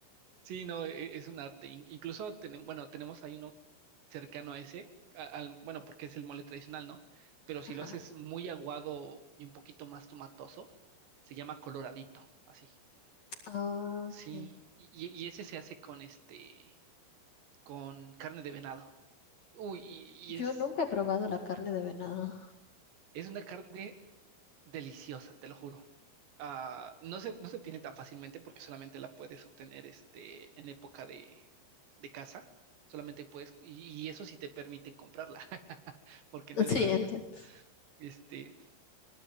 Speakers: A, on the right; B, on the left.
A: Sí, no, e- es un arte. In- Incluso tenemos, bueno, tenemos ahí uno cercano a ese, a- al, bueno, porque es el mole tradicional, ¿no? Pero si
B: Ajá.
A: lo haces muy aguado y un poquito más tomatoso, se llama coloradito, así.
B: Ah,
A: Sí,
B: entiendo.
A: y, y y ese se hace con este, con carne de venado. Uy, y,
B: Yo
A: y es,
B: nunca he probado la carne de venado.
A: es una carne deliciosa, te lo juro. Ah, no se, no se obtiene tan fácilmente porque solamente la puedes obtener este, en época de, de caza. Solamente puedes, y, y eso sí te permiten comprarla, <laughs> porque no es
B: Sí,
A: nada
B: entiendo.
A: más. Este,